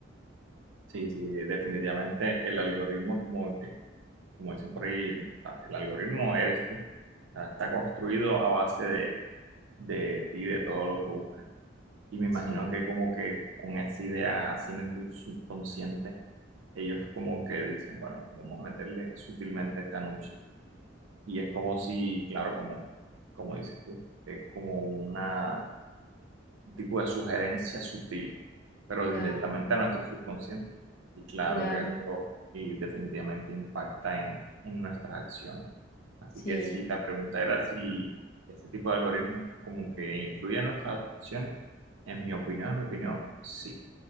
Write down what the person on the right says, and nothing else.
Sí, sí, definitivamente el algoritmo como que, como dicen por ahí, o sea, el algoritmo eres tú, O sea, está construido a base de, de ti, de todo lo que buscas. Y me imagino
que como que con esa idea así en el subconsciente, ellos como que dicen, bueno, vamos a meterle sutilmente este anuncio. Y es como si, claro, como, como dices tú, es como una un tipo de sugerencia sutil, pero
directamente a nuestro subconsciente. Y claro
que esto y definitivamente impacta en, en nuestras acciones. Así
que si la pregunta era si este tipo de algoritmos como que influye en nuestras acciones, en mi opinión, en mi opinión, sí.